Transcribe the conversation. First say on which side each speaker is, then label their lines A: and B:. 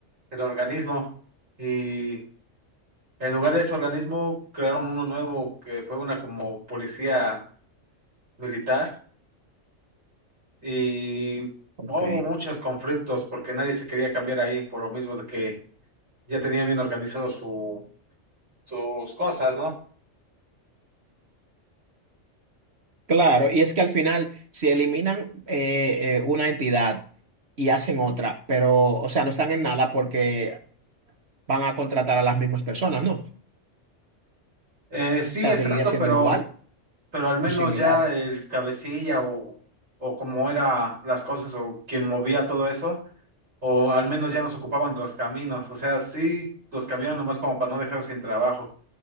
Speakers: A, on the right; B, on the right.
A: el organismo. Y En lugar de ese organismo, crearon uno nuevo que fue una como policía militar y
B: Ok.
A: hubo muchos conflictos porque nadie se quería cambiar ahí por lo mismo de que ya tenía bien organizado su, sus cosas, ¿no?
B: Claro, y es que al final, si eliminan eh, eh, una entidad y hacen otra, pero, o sea, no están en nada porque van a contratar a las mismas personas, ¿no? O
A: Eh, sí,
B: sea,
A: exacto,
B: seguiría siendo
A: pero,
B: igual
A: pero al menos
B: o similar.
A: ya el cabecilla o, o como era las cosas o quien movía todo eso, o al menos ya nos ocupaban los caminos, o sea, sí, los cambiaron nomás como para no dejarlos sin trabajo,